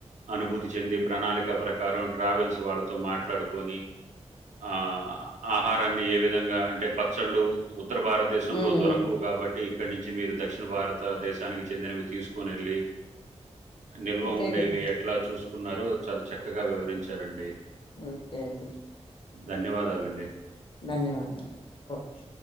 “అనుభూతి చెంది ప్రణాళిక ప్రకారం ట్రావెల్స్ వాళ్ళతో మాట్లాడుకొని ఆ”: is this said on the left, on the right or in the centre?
Right